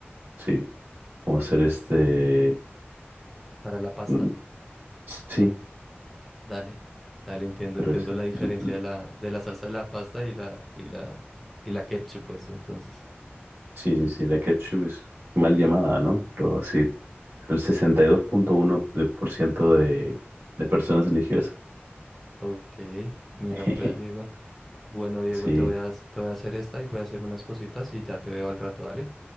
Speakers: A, on the right (about 65°); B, in the centre.
A: sí, como hacer este,
B: ¿Para la pasta?
A: mm, sí,
B: Dale, dale, entiendo,
A: pero
B: entiendo
A: es-
B: la diferencia
A: l- l-
B: de la, de la salsa de la pasta y la, y la, y la ketchup, pues, entonces.
A: sí, sí, sí, la ketchup es mal llamada, ¿no? Pero sí, el 62.1% de, por ciento de de personas religiosas
B: Ok, mira
A: <laughs>
B: pues, Diego. Bueno, Diego,
A: Sí,
B: te voy a, s- te voy a hacer esta y voy a hacer unas cositas y ya te veo al rato, dale.